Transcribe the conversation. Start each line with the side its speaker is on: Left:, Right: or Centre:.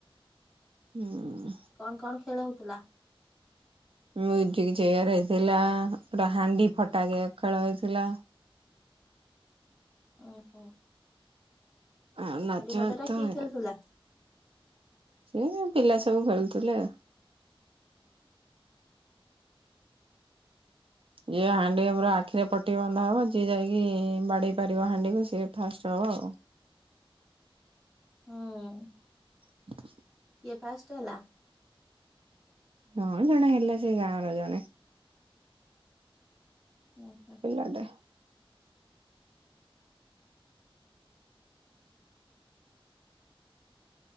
Right: ହୁଁ
Centre: କଣ କଣ ଖେଳ ହଉଥିଲା?
Right: ମ୍ୟୁଜିକ୍ ଚେୟାର ହେଇଥିଲା ଗୋଟା ହାଣ୍ଡି ଫଟାକ ଖେଳ ହେଇଥିଲା।
Centre: ଅ ହୁଁ।
Right: ଆଉ ନାଚ
Centre: ଫାଟ
Right: ଗୀତ
Centre: ଟା କିଏ
Right: ହେଲା,
Centre: ଖେଳୁଥିଲା?
Right: ଏପିଲା ସବୁ ଖେଳୁଥିଲେ ଆଉ। ଯିଏ ହାଣ୍ଡି ପୁରା ଆଖିରେ ପଟି ବନ୍ଧା ହେବ ଯିଏ ଯାଇକି ବାଡ଼େଇ ପାରିବ ହାଣ୍ଡିକୁ ସିଏ ଫାଷ୍ଟ ହବ ଆଉ।
Centre: ହଁ
Right: ହ <unintelligible>
Centre: କିଏ ଫାଷ୍ଟ ହେଲା?
Right: ହଁ ଜଣେ ହେଲେ ସେ ଗାଁ ର ଜଣେ।
Centre: ଓ ହୋ।
Right: <unintelligible> <unintelligible>